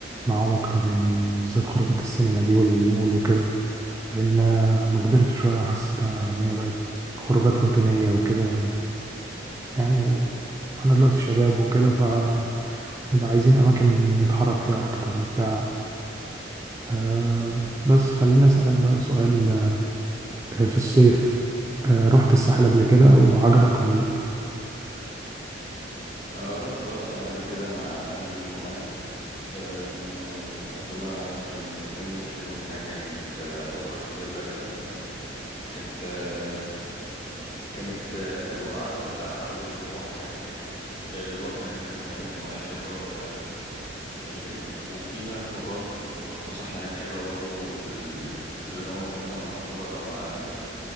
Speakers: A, on the right (about 15°); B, on the left (about 30°).
A: معاهم أكتر يعني بالذات خروجات السينما دي والمول وكده لأن آه، ما كبرت شوية حسيتها إن هي بقت خروجات روتينية وكده و... يعني و... أنا دلوقتي شباب وكده فنبقى عايزين أماكن نتحرك فيها أكتر وبتاع آه بس خليني أسألك بقى سؤال آه، في الصيف آه رحت الساحل قبل كده وعجبك ولا لأ؟
B: أه رحت أه الساحل قبل كده مع أهلي زمان أه كان يعني قضينا كان مكان حلو هناك يعني في يعتبر فيلا كده فاهمني كانت آه، كانت آه، حلوة قعدنا بتاع حوالي أسبوع هناك البحر هناك كان حلو والمياه حلوة يمكن وفيها خروجات وفسح هناك حلوة برضو ل- لو انت مثلا مع صحابك او مع اهلك